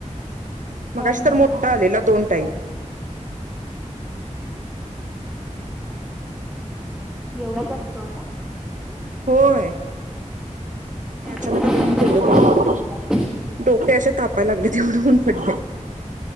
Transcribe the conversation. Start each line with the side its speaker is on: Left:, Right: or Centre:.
Right: मघाशी
Centre: हा हा
Right: तर मोठा
Centre: हा
Right: आलेला दोन टाईम.
Centre: एवढाच असतोय.
Right: होय. नाही अचानक
Centre: काय
Right: आता ऊन केवढ
Centre: नाही
Right: पडलय.
Centre: अजिबात
Right: डोके अशे तापायला लागलेत एवढ ऊन पडलय.